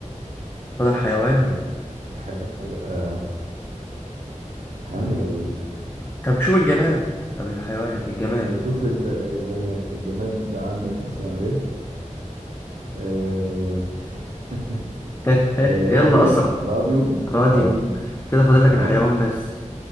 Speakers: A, on the left; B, on the right.
A: فاضل حيوان
B: حلو الحيوان هيبقى الحيوان هيبقى ايه
A: طب شوف الجماد طب الحيوان الجماد
B: نشوف ال- الجماد الجماد عندك مثلا ريه آه، <laughs>
A: <laughs> هه هه
B: آه،
A: يلا
B: راديو
A: اسرع
B: راديو
A: راديو
B: راديو
A: كده فاضل لك
B: تمام
A: الحيوان بس